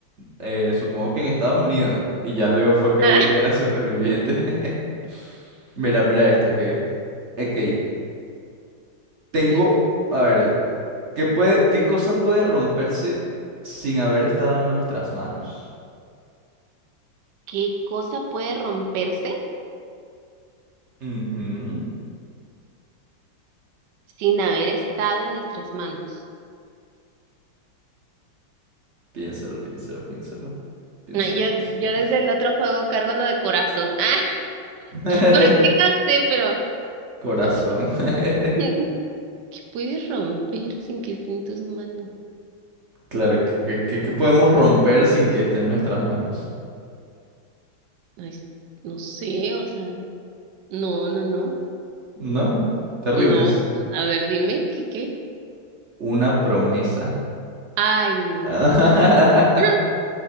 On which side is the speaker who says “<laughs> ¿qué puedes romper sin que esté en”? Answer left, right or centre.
Right